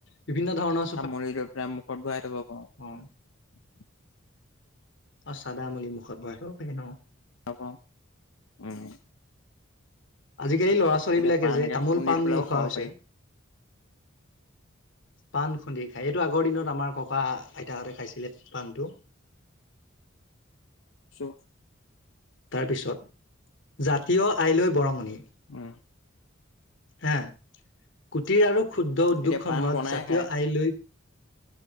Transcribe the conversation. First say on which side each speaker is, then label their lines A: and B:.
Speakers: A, on the left; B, on the left.
A: বিভিন্ন ধৰণৰ
B: মুখত ভৰাই থব পাৰোঁ।
A: অঁ।
B: <unintelligible>
A: অঁ চাদা মলি মুখত ভৰাই থব পাৰি ন।
B: অ' ক, উম।
A: আজিকালি ল'ৰা-ছোৱালীবিলাকে
B: এতিয়া পাণ
A: যে
B: এনেকে
A: তামোল-পাণ
B: খুন্দি পেলাইও
A: নোখোৱা
B: খাব
A: হৈছে।
B: পাৰি
A: পাণ খুন্দি খাই এইটো আগৰ দিনত আমাৰ ককা আইতাহঁতে খাইছিলে। পাণটো।
B: ছো
A: তাৰ পিছত, জাতীয় আয়লৈ বৰঙণি।
B: উম।
A: হা কুটিৰ আৰু ক্ষুদ্ৰ উদ্যোগসমূহত
B: এতিয়া পাণ বনাই
A: জাতীয়
B: খায়
A: আইলৈ।